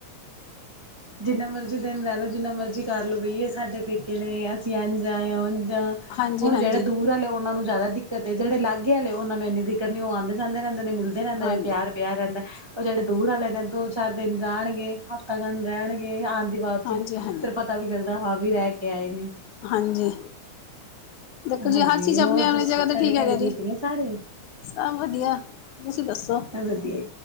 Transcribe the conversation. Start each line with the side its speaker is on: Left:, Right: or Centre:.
Right: ਜਿੰਨਾ ਮਰਜ਼ੀ ਦਿਨ ਰਹਿ ਲਓ, ਜਿੰਨਾ ਮਰਜ਼ੀ ਕਰ ਲਓ, ਬਈ ਏ ਸਾਡੇ ਪੇਕੇ ਨੇ, ਅਸੀਂ ਇੰਝ ਆ, ਯਾ ਉਝ ਆਂ
Left: ਹਾਂਜੀ
Right: ਹੁਣ
Left: ਹਾਂਜੀ
Right: ਜਿਹੜੇ ਦੂਰ ਆਲੇ, ਉਹਨਾਂ ਨੂੰ ਜ਼ਿਆਦਾ ਦੀ ਕਤੇ ਜਿਹੜੇ ਲਾਗੇ ਆ, ਉਹਨਾਂ ਨੂੰ ਇੰਨੀ ਦਿੱਕਤ ਨੀ ਉਹ ਆਉਦੇ ਜਾਂਦੇ ਰਹਿੰਦੇ ਨੇ, ਮਿਲਦੇ ਰਹਿੰਦੇ
Left: ਹਾਂਜੀ
Right: ਨੇ, ਪਿਆਰ ਪਿਆ ਰਹਿੰਦਾ। ਉਹ ਜਿਹੜੇ ਦੂਰ ਆਲੇ ਨੇ, ਦੋ ਚਾਰ ਦਿਨ ਜਾਣਗੇ, ਹਫ਼ਤਾ ਬੰਦ ਰਹਿਣਗੇ ਆ ਦੀ ਵਾਪਸੀ,
Left: ਹਾਂਜੀ ਹਾਂਜੀ
Right: ਫਿਰ ਪਤਾ ਵੀ ਲੱਗਦਾ, ਹਾਂ ਵੀ ਰਹਿ ਕੇ ਆਏ ਨੇ।
Left: ਹਾਂਜੀ, ਦੇਖੋ ਜੀ
Right: ਹਾਂਜੀ,
Left: ਹਰ ਚੀਜ਼
Right: ਹੋਰ
Left: ਆਪਣੀ ਆਪਣੀ
Right: ਦੱਸੋ,
Left: ਜਗ੍ਹਾ ਤੇ
Right: ਤੁਹਾਡੇ
Left: ਹੈਗਾ
Right: ਘਰੇ
Left: ਜੀ
Right: ਠੀਕ ਨੇ ਸਾਰੇ?
Left: ਸਭ ਵਧੀਆ, ਤੁਸੀਂ ਦੱਸੋ?
Right: ਵਧੀਆ,